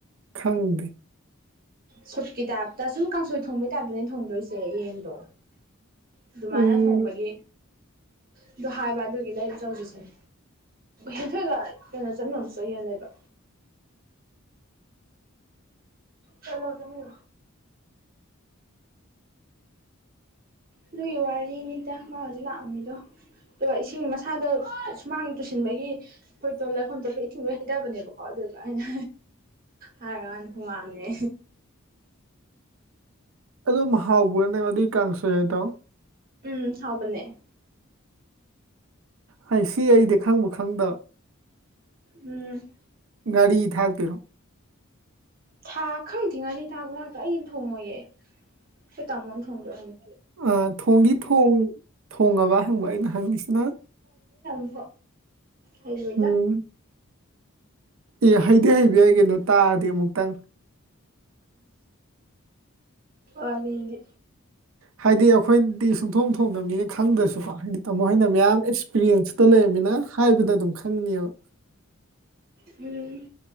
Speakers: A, on the right; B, on the right.
A: ꯈꯪꯗꯦ
B: ꯁꯨꯨꯞꯀꯤ ꯇꯥꯏꯞꯇ ꯁꯨꯝ ꯀꯥꯡꯁꯣꯏ ꯊꯣꯡꯕꯩ ꯇꯥꯏꯞꯇꯅꯦ ꯊꯣꯡꯗꯣꯏꯁꯦ ꯌꯦꯟꯗꯣ ꯑꯗꯨꯃꯥꯏꯅ
A: ꯎꯝ
B: ꯊꯣꯡꯕꯒꯤ ꯑꯗꯨ ꯍꯥꯏꯕ ꯑꯗꯨꯒꯤ ꯂꯩꯆꯧꯁꯤꯁꯤꯅꯦ ꯍꯦꯟꯊꯣꯏꯑꯒ ꯀꯩꯅꯣ ꯆꯠꯅꯣꯁꯨ ꯆꯠꯍꯦꯟ ꯂꯩꯕ ꯆꯂꯣꯗꯃꯤ ꯑꯗꯨꯒꯤ ꯋꯥꯔꯤꯅꯤꯗ ꯃꯥ ꯍꯧꯖꯤꯛ ꯂꯥꯛꯑꯝꯃꯤꯗꯣ ꯑꯗꯨꯒ ꯏꯁꯤꯡ ꯃꯁꯥꯗꯣ ꯁꯨꯃꯥꯡ ꯇꯨꯁꯤꯟꯕꯒꯤ ꯑꯩꯈꯣꯏ ꯇꯣ ꯂꯩꯐꯝ ꯊꯣꯛꯞꯄ ꯏꯆꯨꯔ ꯍꯩꯇꯕꯅꯦꯕꯀꯣ ꯑꯗꯨ ꯑꯩꯅ ꯍꯥꯏꯔꯀꯥꯟꯗ ꯍꯨꯃꯥꯡꯅꯦ
A: ꯑꯗꯨꯝ ꯍꯥꯎꯕ꯭ꯔꯅꯦꯕꯩ ꯀꯥꯡꯁꯨ ꯌꯥꯗꯣ
B: ꯎꯝ ꯍꯥꯎꯕꯅꯦ
A: ꯍꯥꯏ ꯁꯤ ꯑꯩꯗꯤ ꯈꯪꯕꯨ ꯈꯪꯗꯕ
B: ꯎꯝ
A: ꯒꯥꯔꯤ ꯊꯜ ꯇꯔꯣ
B: ꯊꯥ ꯈꯪꯗ꯭ꯉꯗꯤ ꯊꯥ ꯈꯨ ꯊꯥꯛꯇ ꯑꯩꯗꯤ ꯊꯣꯡꯉꯣꯏꯌꯦꯦ ꯇꯥꯃꯣꯅ ꯊꯣꯡꯕꯗꯨ ꯑꯣꯏꯔꯝꯅꯤ
A: ꯑ ꯊꯣꯡꯗꯤ ꯊꯣꯡ ꯊꯣꯡꯉꯕ ꯍꯪꯕ ꯑꯩꯅ ꯍꯪꯉꯤꯁꯤꯅ
B: ꯍꯥꯏ ꯑꯣꯏꯣꯏꯗ
A: ꯎꯝ ꯑꯦ ꯍꯩꯗꯤ ꯍꯩꯗꯤ ꯍꯥꯏꯕ ꯌꯥꯏ ꯀꯩꯅꯣ ꯇꯥꯔꯗꯤ ꯑꯃꯨꯛꯇꯪ
B: ꯑꯗꯤ
A: ꯍꯥꯏꯗꯤ ꯑꯩꯈꯣꯏꯗꯤ ꯁꯨꯡꯊꯣꯡ ꯊꯣꯡꯅꯕꯅꯤꯅ ꯈꯪꯗ꯭ꯔꯁꯨꯀꯣ ꯍꯥꯏꯗꯤ ꯃꯈꯣꯏꯅ ꯃꯌꯥꯝ ꯑꯦꯛꯁꯄꯤꯔꯤꯌꯦꯟꯁꯇ ꯂꯩꯔꯝꯃꯤꯅ ꯍꯥꯏꯕꯗ ꯑꯗꯨꯝ ꯈꯪꯅꯤꯕ
B: ꯎꯝ